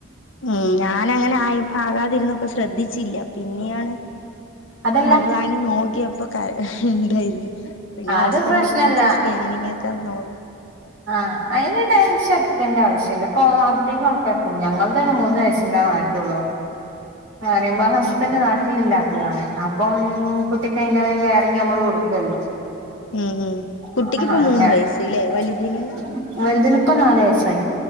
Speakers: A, on the left; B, on the right.
A: ഉം ഞാനങ്ങനായി ഇപ്പ ആകാതിരുന്നപ്പ ശ്രദ്ധിച്ചില്ല പിന്നിയാണ്
B: അതല്ല
A: അത് വാങ്ങി നോക്കിയപ്പോ കര ഇണ്ടായിരുന്നു പിന്നെ
B: അത്
A: ഹോസ്പിറ്റലിൽ
B: പ്രശ്നല്ല
A: കാണിച്ച് സ്കാനിങ് ഒക്കെ നോ
B: ആഹ് അയിന് ടെൻഷടിക്കേണ്ട ആവശ്യില്ല. പ്പൊ അധികം ആൾക്കാർക്കും ഞങ്ങൾ തന്നെ മൂന്ന് വയസ്സിന്റ മാറ്റൊള്ളൂ. ന്ന് പറയുമ്പ ഹസ്ബൻഡ്
A: ഉം
B: നാട്ടിലില്ലാത്തതാണ്. അപ്പം കുട്ടിക്ക് അതിന്റേതായ കെയറിങ് നമ്മള് കൊടു വല്ലോ
A: ഉം ഉം കുട്ടിക്കിപ്പ
B: <unintelligible>
A: മൂന്ന് വയസ്സ് ല്ലേ വലുതിന്
B: വലുതിന് ഇപ്പ നാല് വയസ്സായി.